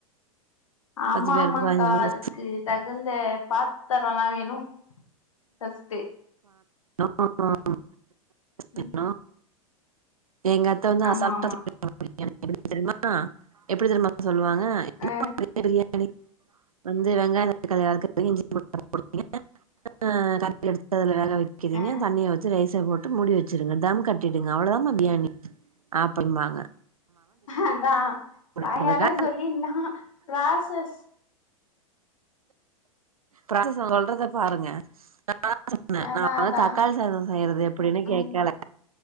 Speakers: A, on the left; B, on the right.
A: ஆமா
B: பத்து பேருக்கு
A: ஆமாங்க்கா
B: பதினஞ்சு
A: அதுக்கு தகுந்த பாத்தரம்ல்லா வேணு சஸ்தே
B: <inaudible>
A: ம்
B: ஆன எங்கத்த வந்து
A: ஆமா
B: அசால்ட்டா
A: ஆமா
B: <unintelligible> தெரியுமா எப்டி தெரியுமா சொல்லுவாங்க <unintelligible>
A: ஆ
B: வந்து வெங்காய தக்காளி வதக்குவிங்க இஞ்சி பூண்டு <unintelligible> எடுத்ததுல வேக வைக்கிறீங்க
A: ஆ
B: தண்ணிய வச்சு ரைஸை போட் முடி வச்சிருங்க தம் கட்டிடுங்க அவ்வளோதாம்மா பிரியாணி ஆ பண்ணுவாங்க
A: அதா வாயால
B: சொல்றதுக்கா
A: சொல்லிரலா ப்ராசஸ்
B: ப்ராசஸ் சொல்றத பாருங்க அ நா சொன்னே
A: அதா
B: நா வந்து
A: அதா
B: தக்காளி சாதோ செய்யறது எப்டின்னு
A: ம்
B: கேட்கல